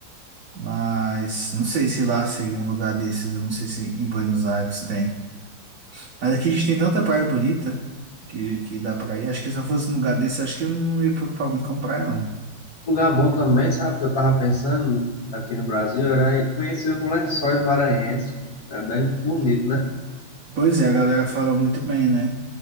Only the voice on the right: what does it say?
Mas não sei se lá seria um lugar desses, eu não sei se em Buenos Aires tem. Mas aqui a gente tem tanta praia bonita que, que dá pra ir. Acho que se eu fosse num lugar desse, acho que eu não ia preocupar muito com praia, não.
Pois é, a galera fala muito bem, né?